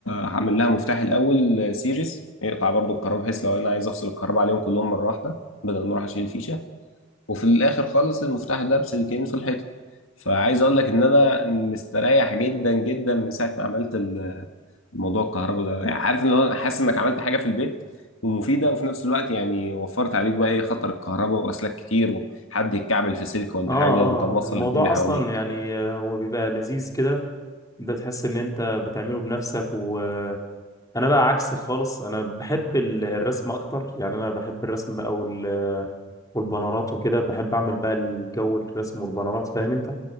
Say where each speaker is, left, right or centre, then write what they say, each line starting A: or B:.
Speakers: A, on the left; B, on the left.
A: هعمل لها مفتاح الاول آه، سيريز يقطع برضو الكهرباء بحيث لو انا عايز افصل الكهرباء عليهم كلهم مره واحده بدل ما اروح اشيل الفيشه وفي الاخر خالص المفتاح ده بسلكين في الحيطه فعايز اقول لك ان انا مستريح جدا جدا من ساعه ما عملت موضوع الكهرباء ده يعني عارف ان انا حاسس انك عملت حاجه في البيت ومفيده وفي نفس الوقت يعني وفرت عليك بقى ايه خطر الكهرباء واسلاك كتير وحد يتكعبل في سلك ولا
B: اه
A: حاجه وانت موصل
B: اه الموضوع
A: الدنيا
B: اصلا
A: حواليك
B: يعني آه، هو بيبقى لذيذ كده انت تحس ان انت بتعمله بنفسك و... انا بقى عكسك خالص انا بحب ال- الرسم اكتر يعني انا بحب الرسم بقى وال- والبنرات وكده بحب اعمل بقى الجو الرسم والبنرات فاهم انت